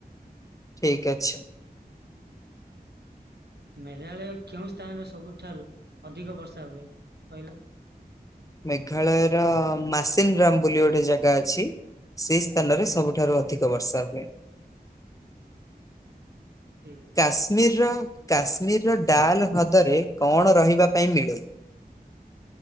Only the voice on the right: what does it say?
ମେଘାଳୟ କେଉଁ ସ୍ଥାନରେ ସବୁଠାରୁ ଅଧିକ ବର୍ଷା ହୁଏ କହିଲ?
ହୁଁ
ଠିକ୍ ଅଛି